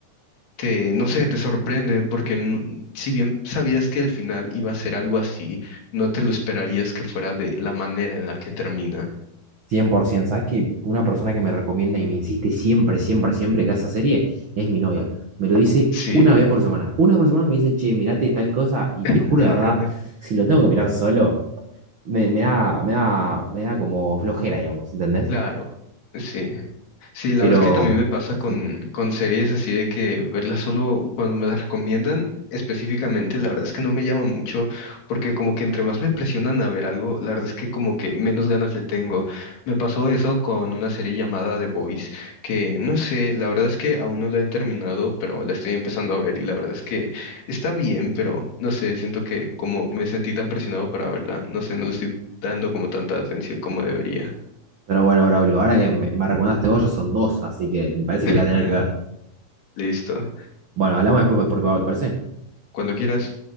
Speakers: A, on the left (about 75°); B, on the right (about 75°).
A: te, no sé, te sorprende porque n- si bien sabías que el final iba a ser algo así, no te lo esperarías que fuera de la manera en la que termina.
B: 100%. ¿Sabes que una persona que me recomienda y me insiste siempre, siempre, siempre que esa serie es mi novia? Me lo dice
A: Sí.
B: una vez por semana. Una vez por semana me dice, che, mirate tal cosa y
A: <laughs>
B: te juro de verdad, si lo tengo que mirar solo, me, me da, me da, me da como flojera, digamos, ¿entendés?
A: Claro, sí. Sí, la
B: Pero,
A: verdad es que también me pasa
B: sí.
A: con, con series así de que verlas solo cuando me las recomiendan específicamente, la verdad es que no me llama mucho, porque como que entre más me presionan a ver algo, la verdad es que como que menos ganas le tengo. Me pasó eso con una serie llamada The Boys, que no sé, la verdad es que aún no la he terminado, pero la estoy empezando a ver y la verdad es que está bien, pero no sé, siento que como me sentí tan presionado para verla, no sé, no le estoy dando como tanta atención como debería.
B: Pero bueno, Braulio, ahora que me, me recomendaste vos, ya son dos, así que me parece
A: <laughs>
B: que la voy a tener que ver.
A: Listo.
B: Bueno, hablamos después por privado, ¿te parece?
A: Cuando quieras.